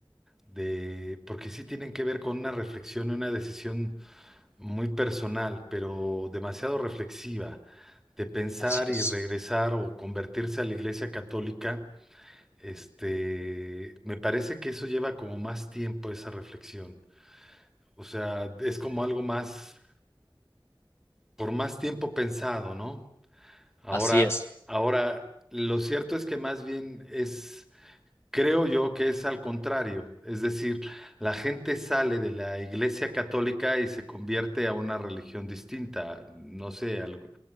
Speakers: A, in the centre; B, on the left.
A: de, porque sí tienen que ver con una reflexión y una decisión muy personal, pero demasiado reflexiva, de pensar
B: Así es.
A: y regresar o convertirse a la Iglesia Católica. Este, me parece que eso lleva como más tiempo esa reflexión. O sea, es como algo más por más tiempo pensado, ¿no? Ahora,
B: Así es,
A: ahora, lo cierto es que más bien es, creo yo que es al contrario, es decir, la gente sale de la Iglesia Católica y se convierte a una religión distinta, no sé, algo-